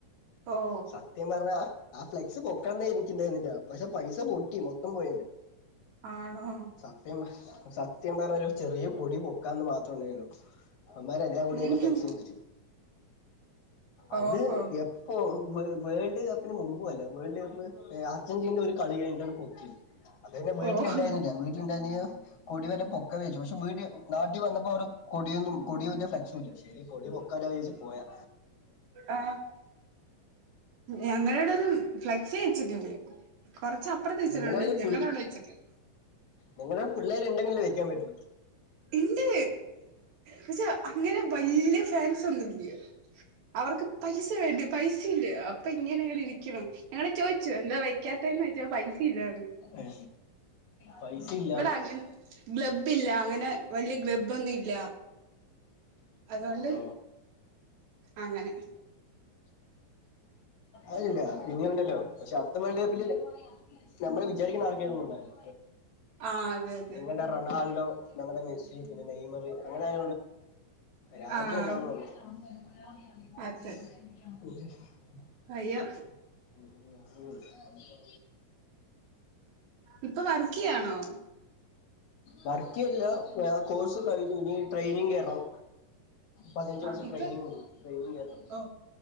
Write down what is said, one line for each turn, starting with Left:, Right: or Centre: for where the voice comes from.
Right: ഓ
Left: സത്യം പറഞ്ഞാ ആ ഫ്ലെക്സ് പൊക്കന്ന എനക്ക്ണ്ടായിുന്നില്ല പക്ഷെ പൈസ പൊട്ടി മൊത്തം പോയിന്റെ
Right: ആണോ
Left: സത്യം സത്യം പറഞ്ഞ ഒരു ചെറിയ കൊടി പൊക്കാന്ന് മാത്രം ഉണ്ടായിരുന്നു അവന്മാരെ എല്ലാ കൂടി
Right: ഉം
Left: എന്റെ ഫ്ലെക്സ് പൊന്തിച്ചു
Right: ഓഹോ
Left: അത് എപ്പൊ വേവേൾഡ് കപ്പിന് മുമ്പും അല്ല വേൾഡ് കപ്പ് അർജന്റീനയുടെ ഒരു കളിയായിട്ടാണ് പൊട്ടി അത് തന്നെ വീട്ടിലിണ്ടായിരുന്നില്ല
Right: ഓഹ്
Left: വീട്ടിലിണ്ടായിരുന്ന കൊടിവരെ പൊക്ക വേക്ക വോ ട്യുഷൻവീട്ടില് നാട്ടിൽ വന്നപ്പോ അവ കൊടിയൊന്നും കൊടിയും ഫ്ലെക്സ ഇല്ല ശരി കൊടി പൊക്കാല വിചാരിച്ച് പോയതാ
Right: ആ ഞങ്ങളോട ഒന്നും ഫ്ലെ ളക്സ് വെച്ചിട്ടില്ലോ കൊറച്ച അപ്പുറത്ത് വച്ചിട്ടുണ്ട്
Left: നിങ്ങളുടെ
Right: ഞങ്ങളൾ
Left: പിള്ളേ
Right: അവിടെ വെച്ചിട്ടില്ല
Left: നിങ്ങളുടെ പിള്ളേര് ഉണ്ടെങ്കിലെവെക്കാൻ പറ്റുള്ളൂ
Right: ഇണ്ട് പക്ഷെ അങ്ങനെ വലിയ ഫാൻസ് ഒന്നും ഇല്ല അവർക്ക് പൈസ വേണ്ട പൈസ ഇല്ലഅപ്പൊ ഇങ്ങനെ ഇങ്ങെ ഇരിക്കണം ഞങ്ങൾ ചോദിച്ചു എന്താ വെക്കാത്തന്ന് ചൊദിച്ചുപൈസ ഇല്ലതെ
Left: ഏ പൈസ ഇല്ല
Right: ഇവിടെ അങ്ങനെ ഗ്ലബ്ബ് ഇല്ല അങ്ങനെ വലിയ ഗ്ലബ്ബന്നും ഇല്ല അതുകൊണ്ട്
Left: അ
Right: അങ്ങനെ
Left: അയില്ല ഇനിയുണ്ടല്ലോ പക്ഷെ അടുത്ത വേൾഡ് കപ്പില് നമ്മൾ വിചാരിക്കുന്ന ആൾക്കതൊന്നും ഉണ്ടാവില്ല
Right: ആഹ് അതെ അതെ
Left: നിങ്ങളുടെ
Right: അതെ
Left: റൊണാൾഡോ ഞങ്ങളുടെ മെസ്സി പിന്നെ നെയ്മറി അങ്ങനെ ആ രാജ്യം
Right: ആഹ്
Left: ഉണ്ടാവന്ന് പറഞ്ഞു <unintelligible>
Right: അതെ
Left: <unintelligible>
Right: അയ്യോ ഇപ്പൊ വർക്ക് ചെയ്യാണോ
Left: വർക്ക്ല്ല കോഴ്സ് കഴിഞ്ഞു ഇനി ട്രെയിനിങ് കയറണം പതിനഞ്ച്
Right: ആ
Left: മാസം
Right: ഇപ്പൊ
Left: ട്രയിനിങ് ഉണ്ട് ട്രെയിനിങ് കേറണം
Right: ഓ